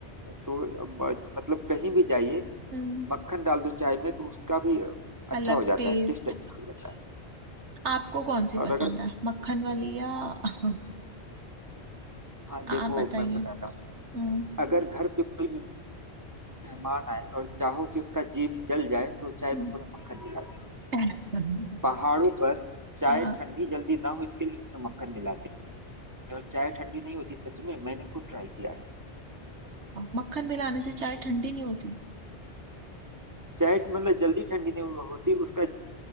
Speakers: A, on the right; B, on the right.
A: तो म- मतलब कहीं भी जाइए
B: हम्म
A: मक्खन डाल दो चाय में तो उसका भी अच्छा
B: अलग
A: हो जाता
B: टेस्ट
A: है टेस्ट अच्छा हो जाता है
B: आपको कौन सी
A: और
B: पसंद
A: अगर
B: है मक्खन वाली या <laughs>
A: हाँ देखो
B: आप बताइए
A: मैं बताता हूँ
B: हम्म
A: अगर घर पे कोई मेहमान आए और चाहो कि उसका जीभ जल जाए तो चाय
B: हम्म।
A: में थोड़ा मक्खन मिला दो
B: <laughs>
A: पहाड़ों पर चाय
B: अच्छा
A: ठंडी जल्दी ना हो इसके लिए उसमें मक्खन मिलाते हैं और चाय ठंडी नहीं होती सच में मैंने खुद ट्राई किया है
B: मक्खन मिलाने से चाय ठंडी नहीं होती
A: चाय मतलब जल्दी ठंडी नहीं होती उसका